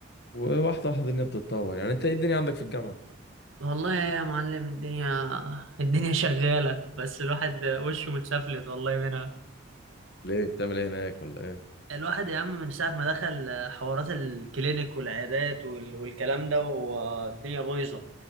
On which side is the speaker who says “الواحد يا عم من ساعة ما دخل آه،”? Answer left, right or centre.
Right